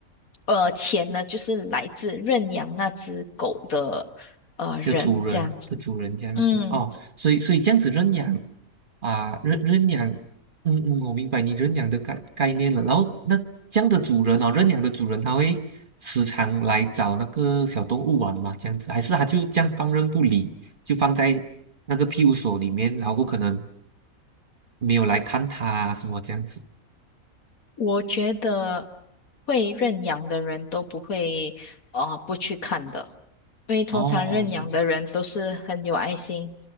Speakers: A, on the left; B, on the right.
A: 呃钱呢就是来自认养那只狗的呃人这样子。
B: 的主人的主人这样子哦，
A: 嗯，
B: 所以所以这样子认养啊，认认养，嗯嗯，我明白你认养的概概念了。然后那这样的主人哦，认养的主人他会时常来找那个小动物玩嘛，这样子，还是他就这样放任不理，就放在那个庇护所里面，然后可能没有来看它啊什么这样子。
A: 我觉得会认养的人都不会啊、呃不去看的。因为通常认养的人都是很有爱心，
B: 哦哦，